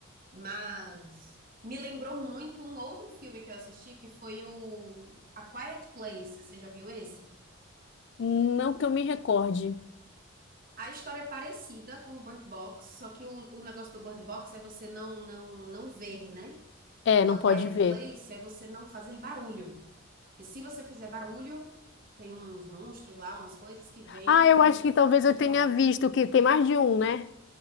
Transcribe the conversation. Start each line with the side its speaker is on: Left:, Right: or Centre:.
Right: Mas me lembrou muito um outro filme que eu assisti, que foi o A Quiet Place, você já viu esse?
Left: Não que eu me recorde.
Right: A história é parecida com o Bird Box, só que o, o negócio do Bird Box é você não, não, não ver, né?
Left: É,
Right: O
Left: não
Right: A
Left: pode
Right: Quiet
Left: ver.
Right: Place é você não fazer barulho. Porque se você fizer barulho, tem uns monstros lá, umas coisas que vêm
Left: Ah, eu acho que
Right: e
Left: talvez
Right: destroem.
Left: eu tenha visto que tem mais de um, né?